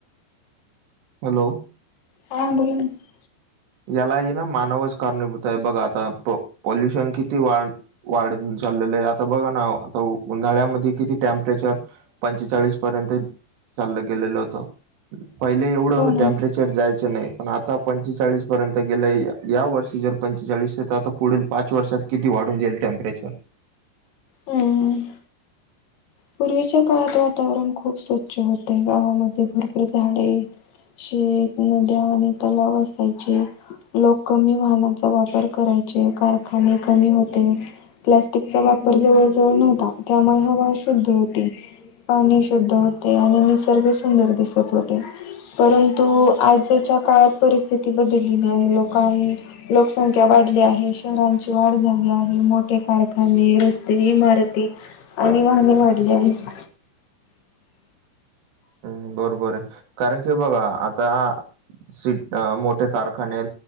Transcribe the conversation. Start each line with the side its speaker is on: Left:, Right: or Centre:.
Right: हॅलो.
Left: हां, बोला ना, सर.
Right: यालाही ना मानवच कारणीभूत आहे. बघ आता, पॉ - पॉल्युशन किती वाढ वाढ चाललेलंय. आता बघा ना, आता उन्हाळ्यामध्ये किती? टेम्परेचर पंचेचाळीस पर्यंत चाललं गेलेलं होतं. पहिले एवढं,
Left: हो ना.
Right: टेम्परेचर जायचं नाही. पण आता पंचेवीचाळीस पर्यंत गेलय. या वर्षी जर पंचेचाळीस तर, आता पुढील पाच वर्षात किती वाढून जाईल? टेम्परेचर.
Left: हं. पूर्वीच्या काळात वातावरण खूप स्वच्छ होते. गावामध्ये भरपूर झाडे शेत, नद्या आणि तलाव असायचे. लोक कमी वाहनांचा वापर करायचे. कारखाने कमी होते. प्लाॅस्टिकचा वापर जवळ- जवळ नव्हता. त्यामुळे हवा शुद्ध होती. पाणी शुद्ध होते. आणि निसर्ग सुंदर दिसत होते. परंतु, आजच्या काळात परिस्थिती बदललेली आहे. लोकांन लोकसंख्या वाढली आहे. शहरांची वाढ झाली आहे. मोठे कारखाने, रस्ते, इमारती आणि वाहने वाढली आहेत.
Right: हम् बरोबरय. कारण कि, बघा आता सीट -मोठे कारखाने,